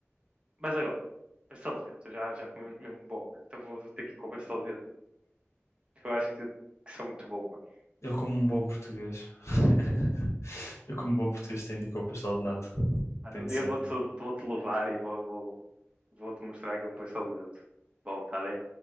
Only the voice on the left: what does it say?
Eu, como um bom português. <laughs> Eu, como um bom português, tenho de ir com o pastel de nata.
Tem
de
ser,
tem de...